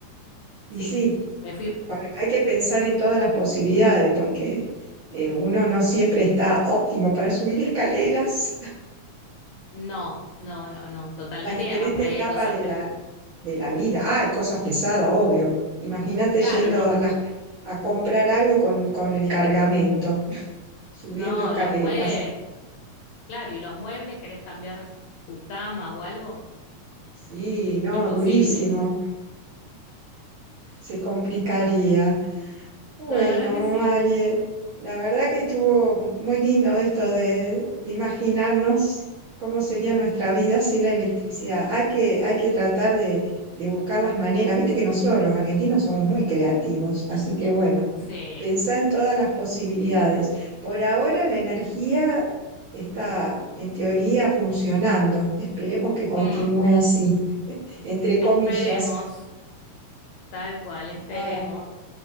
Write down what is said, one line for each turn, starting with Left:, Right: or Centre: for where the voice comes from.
Right: Y
Left: sí.
Right: sí,
Left: Me fui...
Right: hay que pensar en todas las posibilidades porque eh, uno no siempre está óptimo para subir escaleras
Left: No, no, no, no.
Right: <laughs>
Left: Totalmente.
Right: en las diferentes
Left: Y además por ahí
Right: etapas
Left: hay cosas...
Right: de
Left: pes-
Right: la, de la vida. Ah, hay cosas pesadas, obvio. Imagínate
Left: Claro,
Right: yendo
Left: los...
Right: a, las- a comprar algo y con, con el cargamento, <laughs> subiendo
Left: No,
Right: escaleras.
Left: los muebles... Claro, y los muebles, ¿querés cambiar tu cama o algo?
Right: Sí, no,
Left: Imposible.
Right: durísimo. Se complicaría. Bueno,
Left: La verdad que sí.
Right: Marie, la verdad que estuvo muy lindo esto de, de imaginarnos cómo sería nuestra vida sin la electricidad. Hay que, hay que tratar de, de buscar las maneras. Viste que nosotros los argentinos somos muy creativos, así que bueno,
Left: Sí.
Right: pensá en todas las posibilidades. Por ahora la energía está en teoría funcionando. Esperemos que continúe
Left: Mm,
Right: así, entre comillas.
Left: esperemos, tal cual, esperemos.
Right: Ah,